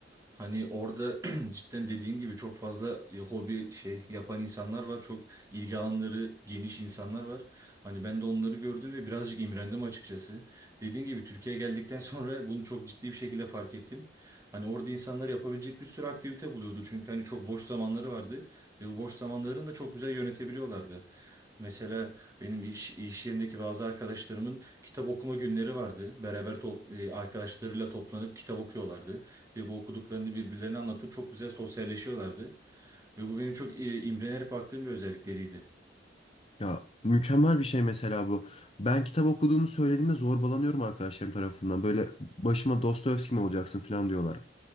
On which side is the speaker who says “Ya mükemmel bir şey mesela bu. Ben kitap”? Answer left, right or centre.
Left